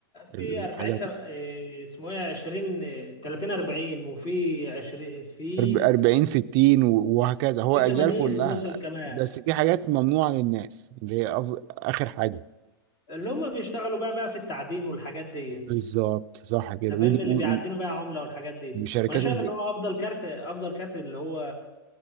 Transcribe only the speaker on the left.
في 40
تل- آه، اسمه ايه 20 آه، 30 40 وفي 20 في
في
80
وصل كمان
اللي هم بيشتغلوا بقى بقى في التعدين والحاجات دي
انت
فاهمني اللي
بيعدنوا بقى عمله والحاجات دي
وانا شايف
ان هو افضل كارت افضل كارت اللي هو